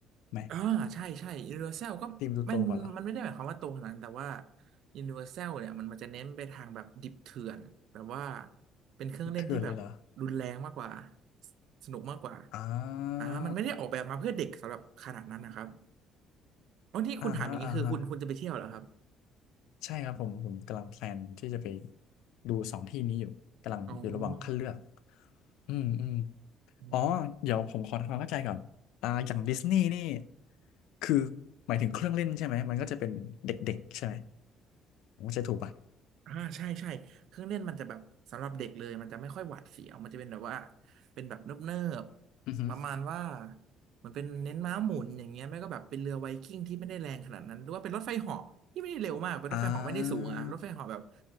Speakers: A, on the left; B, on the right.
A: ไหม
B: อ่าใช่ใช่ Universal ก็มันมันไม่ได้หมายความว่าตรงขนาดนั้นแต่ว่า
A: ทีมดูโตกว่าเหรอ
B: Universal เนี่ยมันมันจะเน้นไปทางแบบดิบเถื่อนแบบว่าเป็นเครื่องเล่นที่แบบรุนแรงมากกว่า
A: เถื่อนเลยเหรอ
B: สนุกมากกว่า
A: อ่
B: อ่ามันไม่ได้ออกแบบมาเพื่อเด็กสำหรับขนาดนั้นนะครับ
A: า
B: อ๋อที่คุณถามอย่างนี้คือคุณคุณจะไปเที่ยวเหรอครับ
A: อ่าฮะอ่าฮะใช่ครับผม ผมกำลังแพลนที่จะไปดูสองที่นี้อยู่ กำลังอยู่ระหว่างคัดเลือก
B: อ๋อ
A: อืมอืม
B: อ๋อ
A: อ๋อ เดี๋ยวผมขอทำความเข้าใจก่อน อ่าอย่างดิสนีย์นี่คือ หมายถึงเครื่องเล่นใช่ไหม มันก็จะเป็นเด็กๆใช่ไหมผมเข้าใจถูกป่ะ
B: อ่าใช่ใช่เครื่องเล่นมันจะแบบสำหรับเด็กเลยมันจะไม่ค่อยหวาดเสียวมันจะเป็นแบบว่าเป็นแบบเนิบๆประมาณว่า
A: อือฮึ
B: เหมันเป็นเน้นม้าหมุนอย่างเงี้ยไม่ก็แบบเป็นเรือไวกิ้งที่ไม่ได้แรงขนาดนั้นหรือว่าเป็นรถไฟเหาะที่ไม่ได้เร็วมากเป็นรถไฟเหาะไม่ได้สูงอะรถไฟเหาะแบบ
A: อ่า